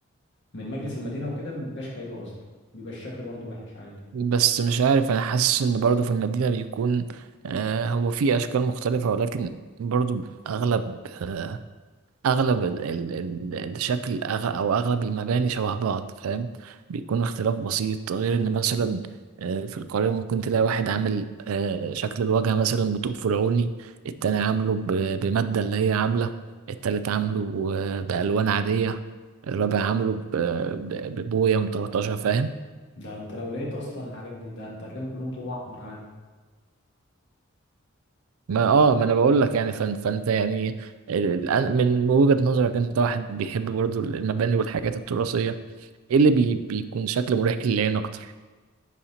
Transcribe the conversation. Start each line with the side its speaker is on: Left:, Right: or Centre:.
Left: من مجلس المدينة وكده مبيبقاش حلو أصلا بيبقى الشكل برضو وحش عادي
Right: بس مش عارف انا حاسس ان برضو في المدينة بيكون آه هو في اشكال مختلفة ولكن برضو اغلب آه اغلب ال ال ال الشكل أغ او اغلب المباني شبه بعض فاهم بيكون اختلاف بسيط غير ان مثلا آه في القاهرة ممكن تلاقي واحد عامل آه شكل الواجهة مثلا بطوب فرعوني التاني عامله ب- بمادة اللي هي عاملة التالت عامله آه، بألوان عادية الرابع عامله ب- ب- ببوية مطرطشة فاهم
Left: ده أنت لو لقيت أصلا الحاجات دي ده أنت هتلاقيهم كلهم طوب أحمر عادي
Right: ما اه ما انا بقول لك يعني فان- فانت يعني ال- ال- من وجهة نظرك انت واحد بيحب برضو المباني والحاجات التراثية ايه اللي بي بيكون شكل مريح للعين اكتر